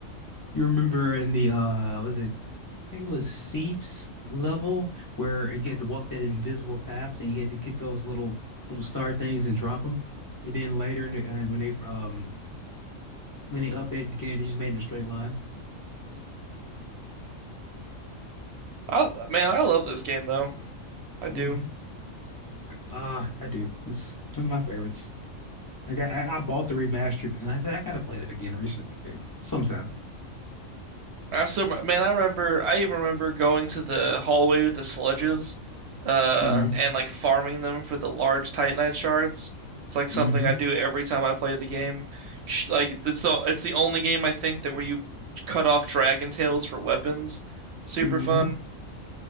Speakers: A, on the left; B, on the right.
A: You remember in the uh was it I think it was Seif's level where you had to walk that invisible path and you had to get those little little star things and drop them. And then later in the uh, when they um when they updated the game, they just made it a straight line.
B: I, man, I love this game though. I do.
A: hmm Ah, I do. It's one of my favorites. I got I, I bought the remastered and I said I gotta play it again recently sometime.
B: I so man, I remember. I even remember going to the hallway with the sludges, uh,
A: Mm-hmm.
B: and like farming them for the large Titanite shards. It's like something
A: Mm-hmm.
B: I do every time I play the game. Sh like it's the it's the only game I think that where you cut off dragon tails for weapons. Super
A: Mm-hmm.
B: fun.